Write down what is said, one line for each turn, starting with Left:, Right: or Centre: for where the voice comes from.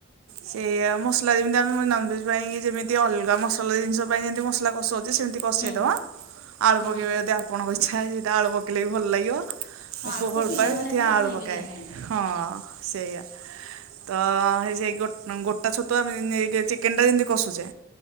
Right: ସେଇୟା ମସଲା ଯେମିତି ଆମେ ନନଭେଜ୍ ପାଇଁ କି ଯେମିତି ଅଲଗା ମସଲା ଜିନିଷ ପାଇଁ ଯେମତି ମସଲା କଷଉଚେ ସେମିତି ବସେଇ
Left: ହୁଁ
Right: ଦବା ଆଳୁ
Left: ହଁ।
Right: ପକେଇବେ ଯଦି ଆପଣଙ୍କ ଇଛା। ଦିଇଟା ଆଳୁ ପକେଇଲେ ବି ଭଲ ଲାଗିବ।
Left: ହଁ
Right: ମୋ
Left: ଆଳୁ
Right: ପୁଅ
Left: ତ
Right: ଭଲପାଏ
Left: ପିଲାମାନେ
Right: ସେଥିପାଇଁ
Left: ଟିକେ
Right: ଆଳୁ
Left: ଖାଇବେ
Right: ପକାଏ
Left: ଯାହା ହେଲେ ବି।
Right: ହଁ ସେଇୟା। ତ ହେଇ ସେଇ ଗୋ-ଗୋଟା ଛତୁ ଆମେ ଯେମିତି ନେଇ <unintelligible> ଚିକେନ ଟା ଯେମିତି କଷୁଚେ।